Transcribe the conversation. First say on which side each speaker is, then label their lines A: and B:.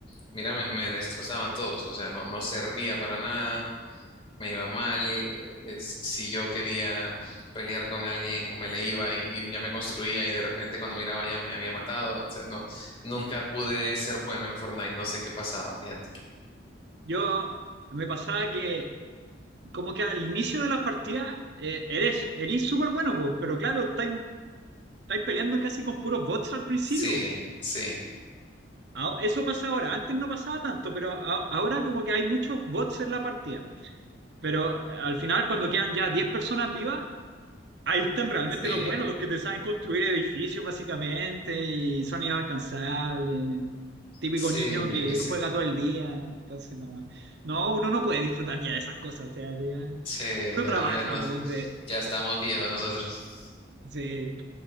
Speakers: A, on the left; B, on the right.
A: mira, me, me destrozaban todos, o sea, no, no servía para nada, me iba mal, eh, eh, si si yo quería pelear con alguien, me le iba y, y ya me construía y de repente cuando miraba ya me había matado, o sea, no, nunca pude ser bueno en Fortnite, no sé qué pasaba, fíjate.
B: yo me pasaba que como que al inicio de las partidas eh, eres, eres súper bueno, vos, pero claro, estáis, estáis peleando casi con puros bots al principio.
A: Sí, sí,
B: Ah, Eso pasa ahora, antes no pasaba tanto, pero a- ahora como que hay muchos bots en la partida. Pero eh, al final, cuando quedan ya 10 personas vivas, Ahí están realmente
A: sí,
B: los buenos, los que te saben construir edificios básicamente y son inalcanzables. Típico
A: sí,
B: niño
A: difícil.
B: que juega todo el día. Entonces, no, no, uno no puede disfrutar ya de esas cosas. O sea, ya,
A: Sí,
B: uno
A: ya,
B: trabaja,
A: ya no,
B: po, hombre.
A: ya estamos viejos nosotros.
B: Sí,